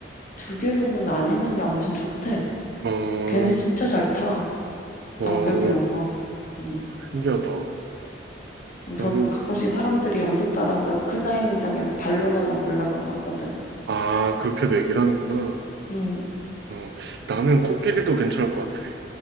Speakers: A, on the left (about 50°); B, on the right (about 65°).
A: 두 개로 나뉘는 게 아무튼 좋대.
B: 어,
A: 걔네 진짜 잘 타.
B: 어,
A: 암벽 이런 거. 음,
B: 신기하다. 나는,
A: 그렇고 가끔씩 사람들이 염소 따라한다고 클라이밍장에서 발로만 막 올라가고 하거든.
B: 아, 그렇게도 얘기를 하는구나.
A: 음,
B: 어, 나는 코끼리도 괜찮을 것 같아.